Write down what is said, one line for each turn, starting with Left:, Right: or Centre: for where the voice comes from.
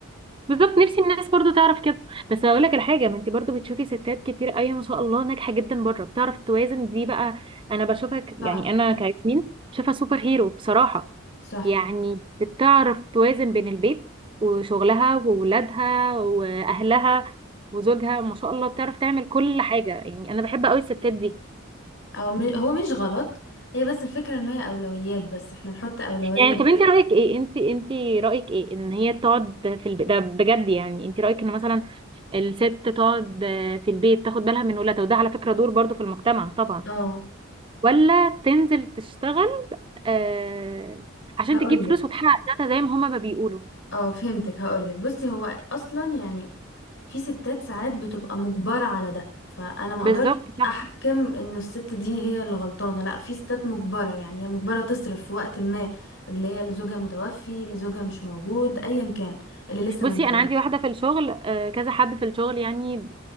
Right: بالظبط نفسي الناس برضو تعرف كده بس هقول لك الحاجه ما انت برضو بتشوفي ستات كتير قوي ما شاء الله ناجحه جدا بره بتعرف توازن دي بقى انا بشوفها ك-
Left: صح
Right: يعني انا كياسمين شايفها سوبر هيرو بصراحه
Left: صح
Right: يعني بتعرف توازن بين البيت وشغلها وولادها واهلها وزوجها ما شاء الله بتعرف تعمل كل حاجه يعني انا بحب قوي الستات دي
Left: او م... هو مش غلط هي بس الفكرة ان هي اولويات بس احنا نحط اولوية
Right: يعني
Left: ل-
Right: طب انت رايك ايه انت انت رايك ايه ان هي تقعد في البيت ده بجد يعني انت رايك ان مثلا الست تقعد آه، في البيت تاخد بالها من ولادها وده على فكرة دور برضو في المجتمع طبعا
Left: اه
Right: ولا تنزل تشتغل آه، عشان
Left: هقولك
Right: تجيب فلوس وتحقق ذاتها زي ما هما ما بيقولوا
Left: اه فهمتك هقولك بصي هو اصلا يعني في ستات ساعات بتبقى مجبرة على ده فانا ما
Right: بالظبط
Left: اقدرش
Right: صح
Left: احكم ان الست دي هي اللي غلطانة لا في ستات مجبرة يعني هي مجبرة تصرف في وقت ما اللي هي اللي زوجها متوفي اللي زوجها مش موجود ايا كان اللي لسه
Right: بصي
Left: ما اتجوزتش
Right: انا عندي واحدة في الشغل آه، كذا حد في الشغل يعني